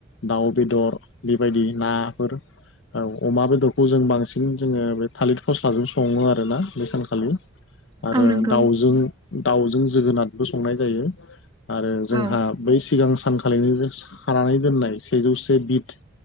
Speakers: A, on the left; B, on the right.
A: दाउ बेदर बेबायदि ना। फोर ओ अमा बेदरखौ जों बांसिन जोङो बे थालिद फस्लाजों सङो आरो ना बे सानखा खालि आरो
B: औ नंगौ
A: दाउजों दाउजों जोगोनादबो संनाय जायो। आरो जोंहा
B: औ
A: बै सिगां स सानखालिनो जोस खानानै दोननाय सेजौ से बिद